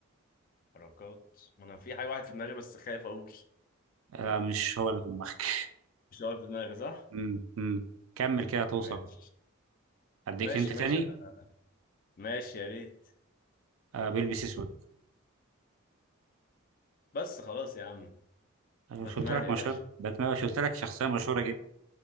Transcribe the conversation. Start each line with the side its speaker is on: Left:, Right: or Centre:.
Left: حركات ما انا في حاجه واحد في دماغي بس خايف اقول
Right: لا مش هو اللي في دماغك
Left: مش هو في دماغي صح
Right: <laughs> مم، مم. كمل كده توصل
Left: ماشي
Right: اديك
Left: ماشي
Right: انت تاني
Left: ماشي انا ماشي يا ريت
Right: آه بيلبس اسود
Left: بس خلاص يا عم
Right: انا
Left: باتمان
Right: مش قلت لك
Left: يا
Right: مشهور
Left: باشا
Right: باتمان مش قلت لك شخصيه مشهوره جدا